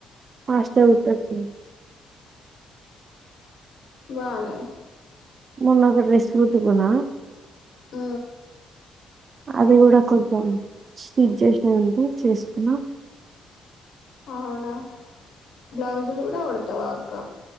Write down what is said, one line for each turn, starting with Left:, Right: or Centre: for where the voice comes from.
Right: పాష్టటే ఉత్తచ్చ
Left: బానే
Right: మొన్న ఒక డ్రెస్ పుట్టుకున్నా
Left: ఆ
Right: అది కూడా కొంచెం స్టిచ్ చేసాారంటే చేసుకున్నా
Left: అవునా బ్లౌస్లు కూడా ఉడతవ్ క్క